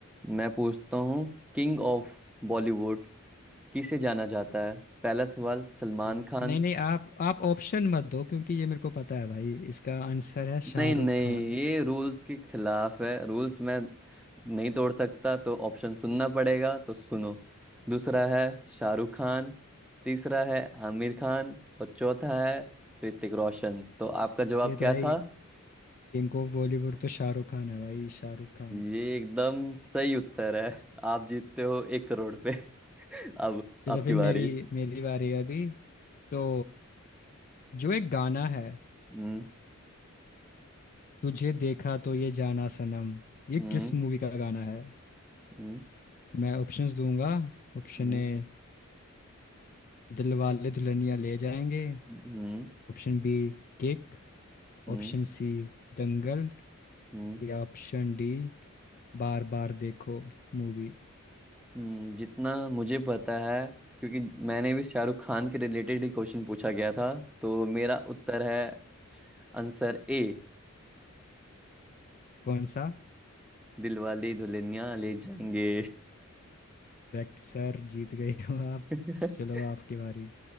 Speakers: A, in the centre; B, on the left.
A: मैं पूछता हूँ किंग ऑफ बॉलीवुड किसे जाना जाता है पहला सवाल सलमान
B: ठीक है
A: खान
B: नहीं नहीं आप आप ऑप्शन मत दो क्योंकि ये मेरे को पता है भाई इसका आंसर है शाहरुख
A: नहीं नहीं
B: खान
A: ये रूल्स के खिलाफ है रूल्स मैं नहीं तोड़ सकता तो ऑप्शन सुनना पड़ेगा तो सुनो दूसरा है शाहरुख खान तीसरा है आमिर खान और चौथा है ऋतिक रोशन तो आपका जवाब
B: ये तो
A: क्या
B: भाई
A: था
B: किंग ऑफ बॉलीवुड तो शाहरुख खान है भाई शाहरुख खान
A: ये एकदम सही उत्तर है आप जीतते हो एक करोड़ पे <laughs> अब
B: चलो
A: आपकी
B: फिर
A: बारी
B: मेरी मेरी बारी है अभी तो जो एक गाना है
A: हम्म
B: तुझे देखा तो ये जाना सनम ये
A: हम्म
B: किस मूवी का गाना है
A: हम्म
B: मैं ऑप्शंस दूंगा Option
A: हम्म
B: A Dilwale Dulhania Le Jayenge
A: हम्म
B: Option B Kick
A: हम्म
B: Option C Dangal
A: हम्म
B: या option D Baar Baar Dekho movie
A: हम्म, जितना मुझे पता है क्योंकि मैंने भी शाहरुख खान के रिलेटेड ही क्वेश्चन पूछा गया था तो मेरा उत्तर है आंसर ए
B: कौन सा
A: दिलवाले दुल्हनिया ले जाएंगे
B: करेक्ट सर जीत गए हो आप
A: <laughs>
B: चलो आपकी बारी